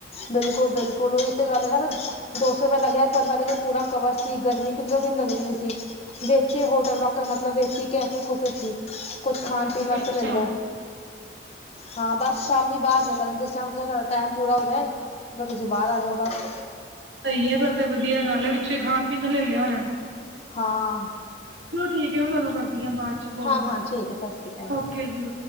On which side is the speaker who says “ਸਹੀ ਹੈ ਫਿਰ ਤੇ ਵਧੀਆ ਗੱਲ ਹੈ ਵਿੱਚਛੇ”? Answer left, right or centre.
Right